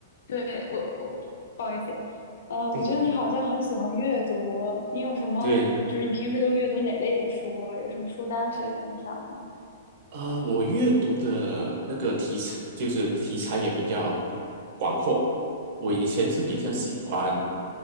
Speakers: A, on the left; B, on the right.
A: 对，我我不好意思，呃，我觉得你好像很喜欢阅读，
B: 嗯，
A: 你有什么，
B: 对，
A: 就是你平时都阅读哪类的书啊？有什么书单可以分享吗？
B: 呃，我阅读的那个题材就是题材也比较广阔。我以前是比较喜欢
A: 嗯嗯嗯